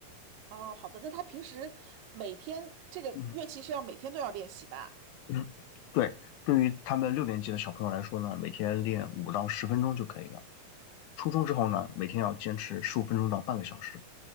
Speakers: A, on the right; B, on the left.
A: 哦，好的，那他平时每天这个乐器是要每天都要练习吧？
B: 嗯嗯，<clears throat> 对，对于他们六年级的小朋友来说呢，每天练五到十分钟就可以了。初中之后呢，每天要坚持十五分钟到半个小时。